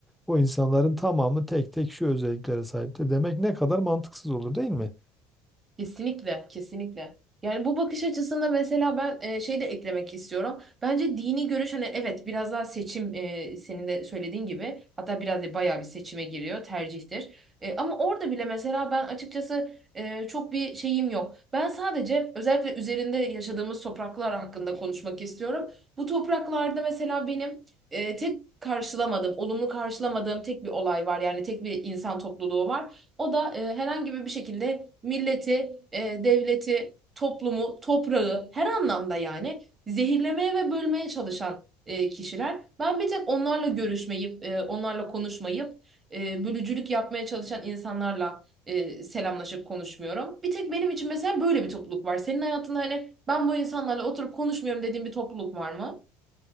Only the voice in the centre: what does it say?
o insanların tamamı tek tek şu özelliklere sahiptir. Demek ne kadar mantıksız olur değil mi?